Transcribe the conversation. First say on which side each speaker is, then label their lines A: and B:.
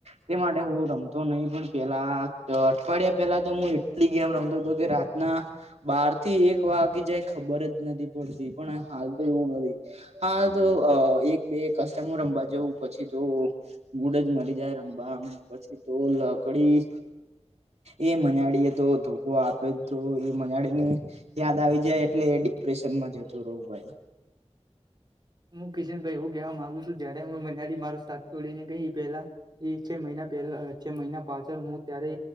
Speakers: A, on the right; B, on the right.
A: તે માટે હું રમતો નહી પણ પેલા અઠવાડિયા પેલા તો હું એટલી ગેમ રમતો હતો કે રા ના બાર થી એક વા વાગી જાય ખબર જ નથી પડતી પણ હાલ તો એવું નથી હાલ તો એક બે કસ્ટમર અંબા જવું પછી તો મૂડ જ મરી જાય રમવાનું પછી તો લકડી એ મનાડી એ તો ધોકો આપે તો એ મનાડીની યાદ આવી જાય એટલે એ ડિપ્રેશન માં જતું રહવું ભાઈ
B: હું કિશન ભાઈ હું કહેવા ગુ છું જય્યારે હું મનાી મારો સાથ છોડીને ગઈ પેલા એ છે મહિના પહેલા છે મહિના પાછળ હું ત્યારે